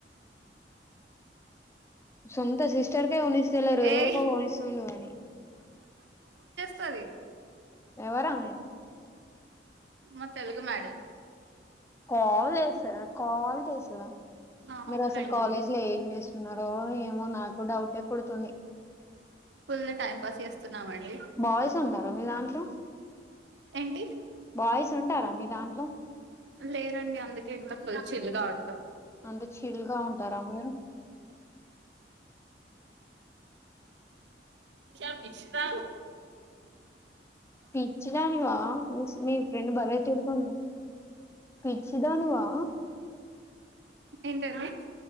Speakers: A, on the left (about 15°); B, on the right (about 80°).
A: సంత సిస్టర్ కొనిస్తలేరు
B: ఏయ్
A: ఎవరికో కొనిస్తుండు గాని
B: సరే
A: ఎవరు ఆమె
B: మా తెలుగు మేడం
A: కాల్ చేసా కాల్ చేసిన
B: అవునండి
A: మీరు అసలు కాలేజ్ లో ఏం చేస్త స్తున్నారో ఏమో నాకు డౌటే కొడుతుంది
B: ఫుల్ టైం పాస్ చేస్తున్నామండి
A: బాయ్స్ ఉన్నారా మీ దాంట్లో
B: ఏంటి
A: బాయ్స్ ఉంటారా మీ దాంట్లో
B: లేరండి అందుకే ఎంత చిలుగా ఉంటాం
A: అంత చిల్గా ఉంటారా మీరు
B: ష మిశ్రా
A: పిచ్చిడాాని వా మీ మీ ఫ్రెండ్ బర్తుడుతుంది పిచ్చిదానువా
B: ఏంటండి